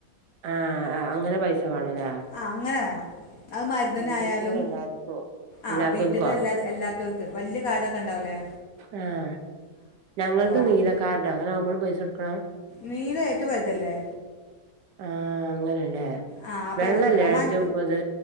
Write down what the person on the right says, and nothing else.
ആഹ് ആഹ് അങ്ങനെ പൈസ വേണല്ലേ
ബി പി എൽ എല്ലാർക്കോ
ഇല്ലാത്തോൽക്കോ
ആഹ് ഞങ്ങളത്
നീലക്കാർട അങ്ങനെ ആവുമ്പോഴും പൈസ കൊടുക്കണം
ആഹ് അങ്ങനെയല്ലേ
വെള്ളല്ലേ
ഏറ്റവും ഇത്